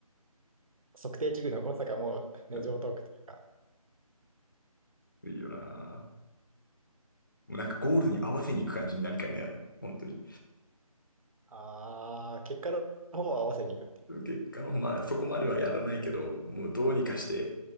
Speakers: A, on the right (about 65°); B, on the left (about 35°).
A: 測定器具の誤差がもうね、
B: うん
A: 常套句というか、
B: いいよなー。もうなんかゴールに合わせに行く感じになりかねない。本当に。
A: ああ、結果の方を合わせに行くって。で
B: 結果の、まあそこまではやらないけど、もうどうにかして